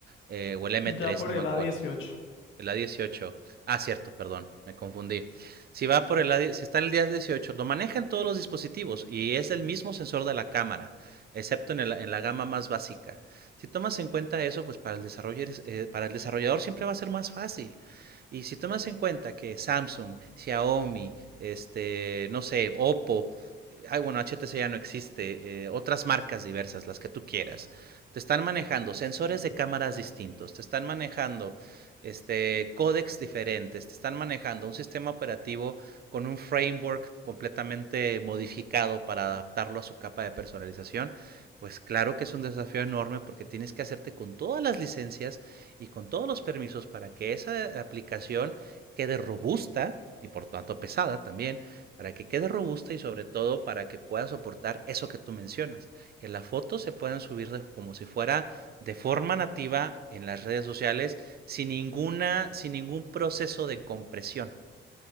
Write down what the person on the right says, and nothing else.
Eh, o el M3,
no me
acuerdo.
El a dieciocho Ah, cierto, perdón, me confundí. Si va por el A, dieciocho, si está en el a dieciocho lo manejan todos los dispositivos y es el mismo sensor de la cámara, excepto en, el- en la gama más básica. Si tomas en cuenta eso, pues para el desarrollador, eh, para el desarrollador siempre va a ser más fácil. Y si tomas en cuenta que Samsung, Xiaomi, este, no sé, Oppo, eh, ay, bueno, H T C ya no existe, eh, otras marcas diversas, las que tú quieras, te están manejando sensores de cámaras distintos, te están manejando este, códex diferentes, te están manejando un sistema operativo con un framework completamente modificado para adaptarlo a su capa de personalización, pues claro que es un desafío enorme porque tienes que hacerte con todas las licencias y con todos los permisos para que esa aplicación quede robusta y por tanto pesada también, para que quede robusta y sobre todo para que pueda soportar eso que tú mencionas, que las fotos se puedan subir de, como si fuera de forma nativa en las redes sociales sin ninguna, sin ningún proceso de compresión.